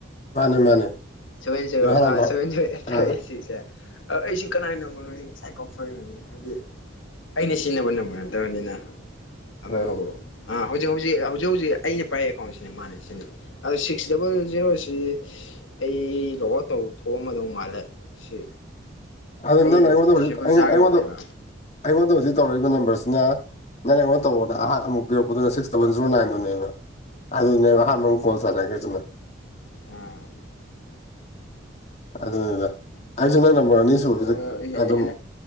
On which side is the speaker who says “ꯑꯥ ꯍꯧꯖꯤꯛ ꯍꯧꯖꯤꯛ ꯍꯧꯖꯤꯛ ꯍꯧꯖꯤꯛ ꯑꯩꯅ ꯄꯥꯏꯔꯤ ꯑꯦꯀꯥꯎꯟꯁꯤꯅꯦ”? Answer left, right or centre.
Left